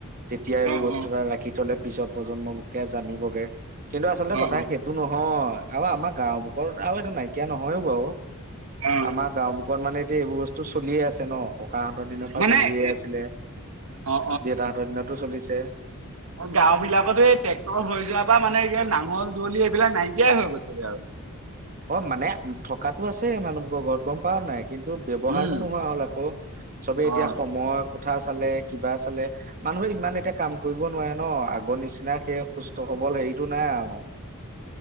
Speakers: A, on the right; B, on the right.
A: তেতিয়া এইবোৰ
B: অ
A: বস্তু
B: অ
A: আৰু ৰাখি থ'লে পিছৰ প্ৰজন্মলোকে জানিবগে। কিন্তু আচলতে
B: অ
A: কথা সেইটো নহয় আৰু আমাৰ গাওঁবুকৰ আৰু এইটো নাইকিয়া নহয়ো বাৰু।
B: অ অ
A: আমাৰ গাঁওবুকত মানে এতিয়া এইবোৰ বস্তু চলিয়ে আছে ন। ককাহঁতৰ দিনৰপৰা
B: মানে
A: চলিয়ে
B: এ-
A: আছিলে।
B: অ
A: দেউতাহঁতৰ দিনতো চলিছে।
B: গাঁওবিলাকত এই ট্ৰেক্টৰ হৈ যোৱাৰপৰা মানে এই নাঙল-যুৱলি এইবিলাক নাইকিয়াই হৈ গ'লগে আৰু।
A: অ', মানে, উম থকাটো আছে মানুহবোৰৰ ঘৰত গম পাওঁ নাই, কিন্তু এইটো ব্যৱহাৰটো
B: উম
A: নোহোৱা হ'ল আকৌ চবে এতিয়া
B: অ
A: সময়ৰ কথা চালে, কিবা চালে। মানুহে ইমান এতিয়া কাম কৰিব নোৱাৰে ন, আগৰ নিচিনা সেই সুস্থ-সবল হেৰিটো নাই আৰু।